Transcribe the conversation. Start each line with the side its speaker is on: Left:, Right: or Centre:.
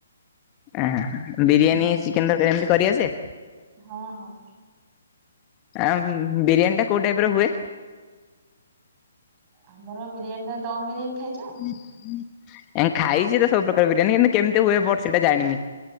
Left: ଆଁ ବିରିୟାନୀ
Right: ହୁଁ
Left: ଚିକେନ ତରକାରୀ ଏମିତି କରିଆସେ?
Right: ହଁ ହଁ।
Left: ଆମ ବିରିୟାନୀ ଟା କୋଉ ଟାଇପ୍ ର ହୁଏ?
Right: ଆମର ବିରିୟାନୀ ଟା ଦମ୍ ବିରିୟାନୀ ଖାଇଚ?
Left: ଏଁ ଖାଇଚିତ ସବୁ ପ୍ରକାର ବିରିୟାନୀ କିନ୍ତୁ କେମିତି ହୁଏ ବଟ ସେଇଟା ଜାଣିନି।